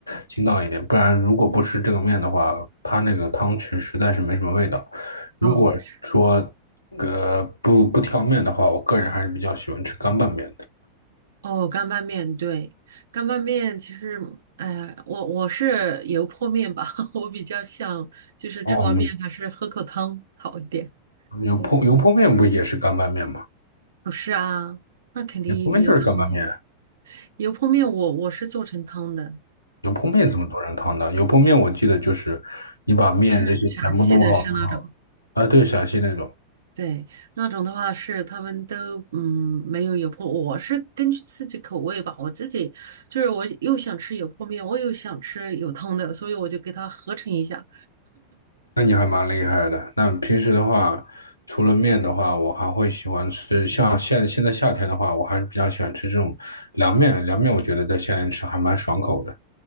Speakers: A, on the left (about 80°); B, on the right (about 60°).
A: 筋道一点，不然如果不吃这个面的话，它那个汤汁实在是没什么味道。如果说呃不不挑面的话，
B: 哦是
A: 我个人还是比较喜欢吃干拌面的。
B: 哦干拌面，对，干拌面其实，哎、我我是油泼面吧，<laughs> 我比较想就是吃完面还是喝口汤好一点。
A: 哦，油油泼油泼面不也是干拌面吗？
B: 嗯，不是啊，那肯定有汤的呀
A: 油泼面就是干拌面，
B: 油泼面我我是做成汤的，
A: 油泼面怎么做成汤的？
B: 对。
A: 油泼面我记得就是你把面这些全部弄好，
B: 是陕西的，是那种，
A: 啊，对，陕西那种。
B: 对，那种的话是他们都嗯没有油泼，我是根据自己口味吧，我自己就是我又想吃油泼面，我又想吃有汤的，所以我就给它合成一下。
A: 那你还蛮厉害的。那平时的话，除了面的话，我还会喜欢吃，像现现在夏天的话，我还是比较喜欢吃这种凉面。凉面我觉得在夏天吃还蛮爽口的。